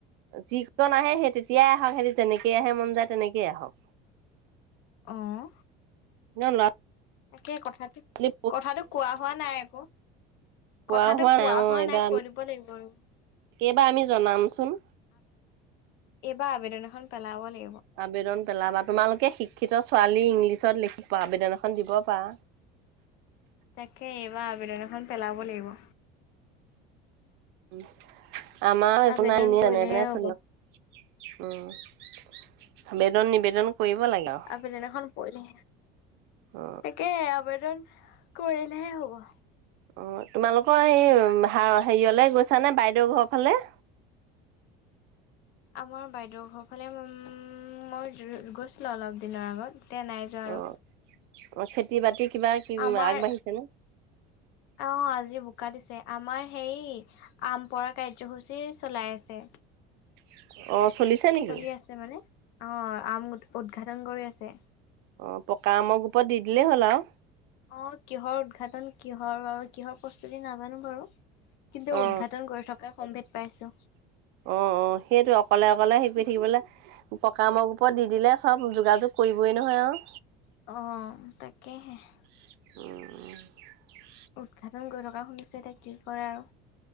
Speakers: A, on the right; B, on the left.
A: যিকন নাহে, সেই তেতিয়াই আহক, সিহঁতি যেনেকেইে আহে মন যায় তেনেকেই আহক।
B: অ'হ।
A: নহয় ল'ৰা
B: সেই কথাটো,
A: ছোৱালী
B: কথাটো কোৱা হোৱা নাই আকৌ। কথাটো
A: কোৱা হোৱা নাই, অ' এইবাৰ
B: কৈ
A: আমি,
B: দিব লাগিব আৰু।
A: এইবাৰ আমি জনামচোন।
B: এইবাৰ আবেদনখন পেলাব লা
A: আবেদন পেলাবা তোমালোকে শিক্ষিত ছোৱালী, ইংলিছত লিখি আবেদনখন দিব পাৰা।
B: তাকে, এইবাৰ আবেদন এখন পেলাব লাগিব।
A: উম! আমৰ একো
B: আবেদন
A: নাই, ইনেই
B: পৰিলেহে
A: এনেদৰে
B: হ'ব।
A: চলি উম! আবেদন নিবেদন কৰিব লাগে আৰু
B: আবেদন এখন পৰিলে,
A: অ
B: তাকে আবেদন কৰিলে হে হ'ব।
A: অ' তোমালোকৰ সেই, হেৰিয়লে গৈছা নে? বাইদেউৰ ঘৰৰ ফালে?
B: আমাৰ বাইদেউৰ ঘৰৰ ফালে উম, মই গৈছিলোঁ অলপ দিনৰ আগত। এতিয়া নাই যোৱা আৰু,
A: অ অ খেতি বাতি কিবা কি
B: আমাৰ,
A: আগবাঢ়িছে নে
B: অ'হ আজি বোকা দিছে, তে আমাৰ হেৰি আম পৰা কাৰ্যসূচীৰ চলাই আছে।
A: <unintelligible> নেকি
B: চলি আছে মানে। অ' আম উদঘাটন কৰি আছে। তে
A: অ পকা আমৰ ওপৰত দি দিলেই হ'ল আৰু
B: অ কিহৰ উদঘাটন কিহৰ ব কিহৰ প্ৰস্তুতি নাজানো বাৰু কিন্তু
A: অ
B: উদঘাটন কৰি থকা সম্ভেদ পাইছো
A: অ অ সেইটো অকলে অকলে শিকি পকিবলে পকা মগ ওপৰত দি দিলে চব যোগাযোগ কৰিবই নহয় আৰু
B: অ তাকেহে <inaudible>
A: অ
B: উদঘাটন কৰি থকা শুনিছো এতিয়া কি কৰে আৰু